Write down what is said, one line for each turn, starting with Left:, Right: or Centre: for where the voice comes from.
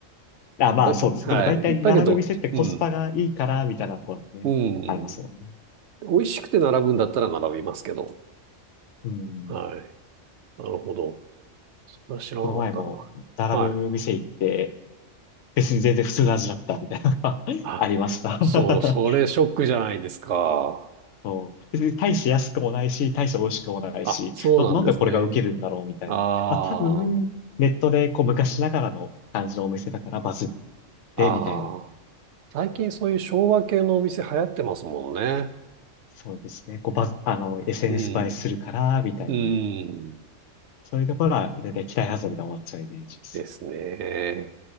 Left: あ、まあそうです。
Right: だけ、はい。
Left: でも大体並ぶ店ってコスパがいいから、
Right: だけど、うん。
Left: みたいなこうね、
Right: うん。
Left: ありますもんね。
Right: 美味しくて並ぶんだったら並びますけど。
Left: うん。
Right: はい。なるほど。それは知らなかったな。
Left: この前も並ぶ店行って、
Right: はい。
Left: 別に全然普通の味だったみたいなのが <laughs>
Right: あ
Left: ありました
Right: そう、それショックじゃないですか。
Left: <laughs> そう。別に大して安くもないし、大して美味しくもないし、
Right: あ、そうなんですね。
Left: な、なんでこれが受けるんだろうみたいな。
Right: ああ、
Left: まあ多分、ネットでこう昔ながらの感じのお店だからバズってみたいな
Right: ああ。最近そういう昭和系のお店流行ってますもんね。
Left: そうですね。こう、ば、あの、SNS
Right: うん、
Left: 映えするから、みたいな。
Right: うん、
Left: そういうところは、だいたい期待外れで終わっちゃうイメージです。
Right: ですね。